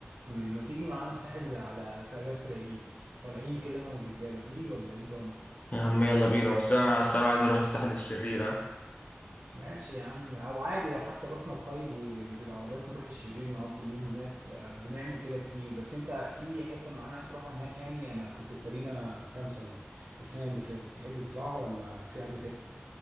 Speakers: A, on the right; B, on the left.
A: ما تيجي معانا الساحل على في اجازة العيد طالعين كده انا والرجالة تيجي ولا ايه نظامك
B: يا عم يلا بينا بس انا الصراحه عايز اروح الساحل الشرير ها.
A: ماشي يا عم او عادي لو حتى رحنا الطيب وبالعربيات نروح الشرير نقضي اليوم هناك آه، بنعمل كده كتير بس انت في حتة معينة عايز تروحها هناك يعني انا كنت في مارينا خمسة السنة اللي فاتت تحب تطلعها ولا في حاجة